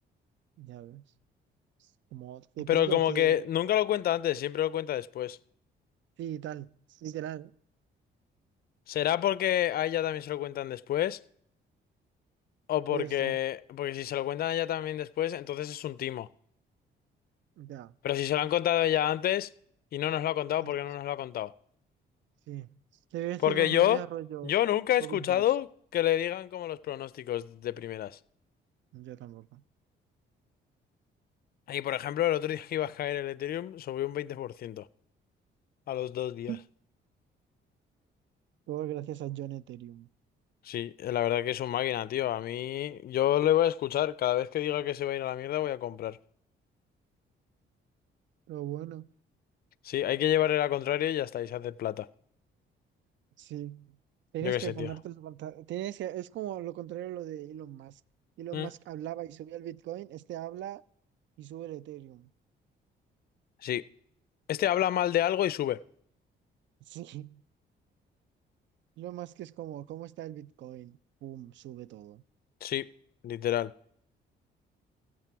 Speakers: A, on the right; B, on the left.
A: Ya ves. Como, te pillo
B: Pero como
A: que
B: que nunca lo cuenta antes, siempre lo cuenta después.
A: Sí, tal, literal,
B: ¿Será porque a ella también se lo cuentan después? ¿O porque...
A: puede ser.
B: Porque si se lo cuentan a ella también después, entonces es un timo.
A: Ya,
B: Pero si se lo han contado a ella antes y no nos lo ha contado,
A: entonces,
B: ¿por qué no nos lo ha contado?
A: sí. Te voy a decir
B: Porque
A: dos
B: yo,
A: movidas rollo
B: yo nunca he
A: covid
B: escuchado
A: dos
B: que le digan como los pronósticos de primeras.
A: Yo tampoco.
B: Y por ejemplo, el otro día que iba a caer el Ethereum, subió un 20% a los dos días.
A: <laughs> Todo gracias a John Ethereum.
B: Sí, eh, la verdad que es un máquina, tío. A mí, yo le voy a escuchar. Cada vez que diga que se va a ir a la mierda, voy a comprar.
A: Pero bueno,
B: Sí, hay que llevarle la contraria y ya está, y se hace plata.
A: sí. Tienes
B: Yo qué
A: que
B: sé,
A: ponerte
B: tío.
A: su pantalón. Tienes que, es como lo contrario a lo de Elon Musk. Elon
B: Mm,
A: Musk hablaba y subía el Bitcoin, este habla y sube el Ethereum. <laughs>
B: sí. Este habla mal de algo y sube.
A: Sí. Elon Musk es como, ¿cómo está el Bitcoin? Pum, sube todo.
B: Sí, literal.